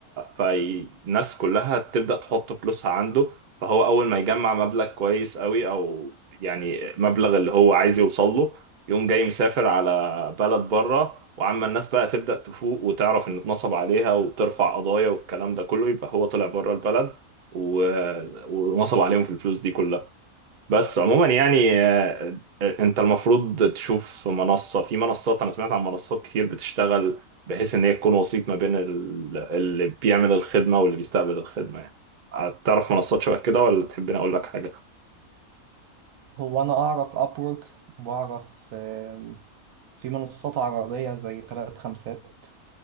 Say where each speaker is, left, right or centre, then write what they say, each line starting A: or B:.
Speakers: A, on the right (about 55°); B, on the right (about 70°).
A: فالناس كلها تبدأ تحط فلوسها عنده فهو اول ما يجمع مبلغ كويس قوي او يعني مبلغ اللي هو عايز يوصل له يقوم جاي مسافر على بلد بره وعما الناس بقى تبدأ تفوق وتعرف ان اتنصب عليها وترفع قضايا والكلام ده كله يبقى هو طلع بره البلد و... ونصب عليهم في الفلوس دي كلها بس عموما يعني آه، انت المفروض تشوف منصة في منصات انا سمعت عن منصات كتير بتشتغل بحيث ان هي تكون وسيط ما بين ال- اللي بيعمل الخدمة واللي بيستقبل الخدمة يعني تعرف منصات شبه كده ولا تحبني اقول لك حاجة؟
B: هو أنا أعرف أبورك وأعرف آم، في منصات عربية زي تلات خمسات